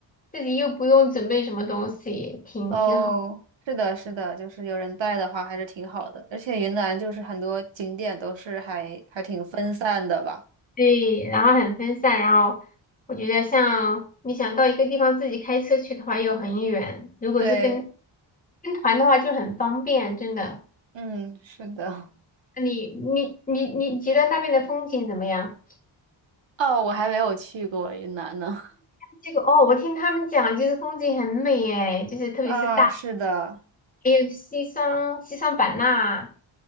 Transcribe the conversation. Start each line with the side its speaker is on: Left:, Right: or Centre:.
Left: 自己又不用准备什么东西，挺挺好。
Right: 哦，是的，是的，就是有人带的话还是挺好的，而且云南就是很多景点都是还还挺分散的吧？
Left: 对，然后很分散，然后我觉得像你想到一个地方自己开车去的话又很远，如果是跟
Right: 对，
Left: 跟团的话就很方便，真的。
Right: 嗯，是的，
Left: 那你你你你觉得那边的风景怎么样？
Right: <laughs> 哦，我还没有去过云南呢。
Left: 这个哦，我听他们讲，就是风景很美诶，就是特别是大，
Right: <laughs> 啊，是的，
Left: 还有西双西双版纳。